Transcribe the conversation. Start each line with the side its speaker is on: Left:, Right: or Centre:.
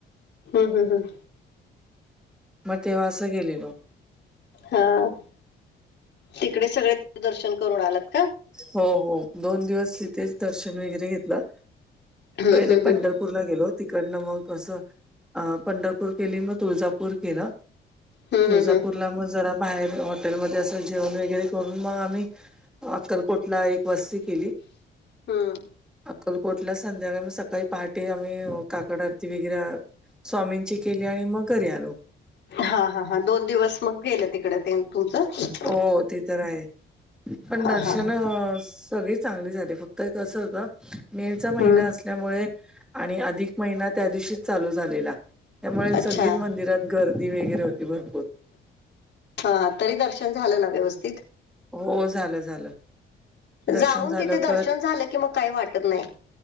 Left: हम् हम् हम्!
Centre: म तेव्हा असं गेलेलो.
Left: हअअ् तिकडे सगळे दर्शन करून आलात का?
Centre: हो हो! दोन दिवस तिथेच दर्शन वैगरे घेतलं.
Left: हम्म
Centre: पहिले
Left: हम्म हम्म
Centre: पंढरप पूरला गेलो, तिकडनं मग असं अं पंढरपूर केलीन म तुळजापूर केलं.
Left: हम्म
Centre: तुळजापूरला
Left: हम्म हम्म
Centre: म जरा बाहेर हॉटेलमध्ये असं जेवण वगैरे करून म आम्ही अक्कलकोटला एक वस्ती केली.
Left: हम!
Centre: अक्कलकोटला संध्याकाळ म सकाळी पहाटे आम्हीअ काकड आरती वि गिरअ् स्वामींची केली आणि मग घरी आलो.
Left: हा हा ह दोन दिवस मग गेलं तिकड ते तुमचं
Centre: हो ते तर आहे पण
Left: हा
Centre: दर्शनअ
Left: हा हा
Centre: सगळीच चांगली झाली फक्त एक असं ह का, मे चा महिना
Left: हम्म
Centre: अस त्यामुळे आणि अधिक महिना त्या दिवशीच चालू झालेला, त्यामुळे
Left: अच्छा
Centre: सगळीच मंदिरात गर्दी वैगरे होती भरपूर.
Left: हाहा, तरी दर्शन झालं ना व्यवस्थित?
Centre: हो झालं झालं. दर्शन
Left: जाऊन
Centre: झालं
Left: तिथे दर्शन
Centre: परत
Left: झालं की मग काही वाटत नाही.